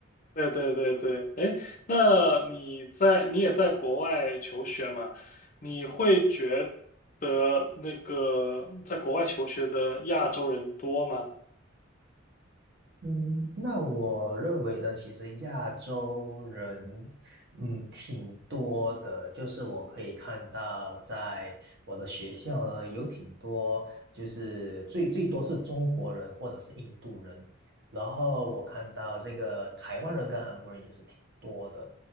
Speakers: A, on the left; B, on the right.
A: 对对对对对，哎，那你在你也在国外求学嘛？你会觉得那个在国外求学的亚洲人多吗？
B: 嗯，那我认为呢，其实亚洲人，嗯，挺多的。就是我可以看到，在我的学校呢，有挺多，就是最最多是中国人或者是印度人。然后我看到这个台湾人跟韩国人也是挺多的。